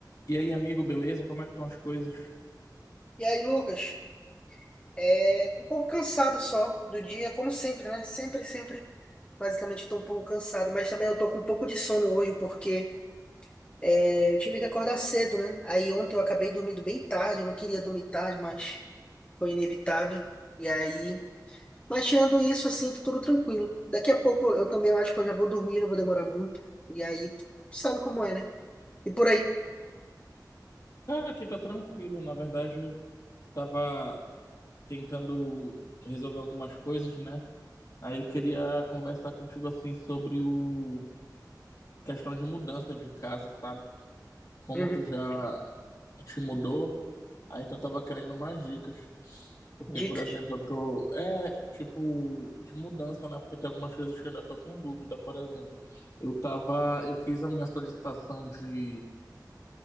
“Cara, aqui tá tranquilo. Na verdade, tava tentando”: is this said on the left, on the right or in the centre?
Left